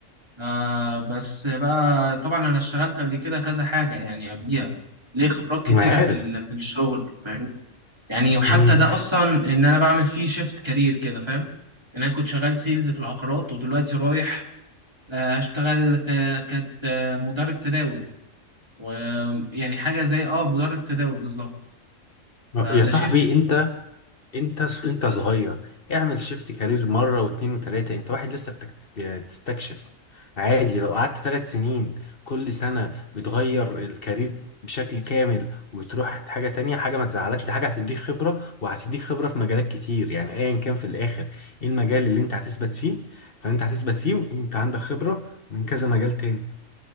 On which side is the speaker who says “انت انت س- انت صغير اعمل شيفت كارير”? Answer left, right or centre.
Left